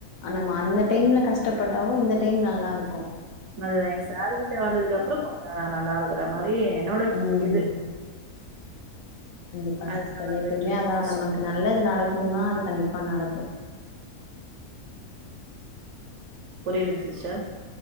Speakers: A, on the left; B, on the right.
A: ஆனா நம் அந்த டைம்ல கஷ்டப்பட்டாலோ இந்த டைம் நல்லாருக்கோ
B: நல்லா எங்க சார் கிட்ட வந்ததுக்கு அப்புறோ கொஞ்சோ நல்லாரு க்கற மாரி என்னோட
A: ம்
B: இது
A: கண்டிப்பா
B: அது
A: சிஸ்டர்
B: நல்லா
A: எப்போமே
B: போயிட்டு இருக்கு
A: அதா
B: சிஸ்டர்
A: நமக்கு நல்லது நடக்குணோன்னா அது கண்டிப்பா நடக்கு
B: புரிலிங் சிஸ்டர்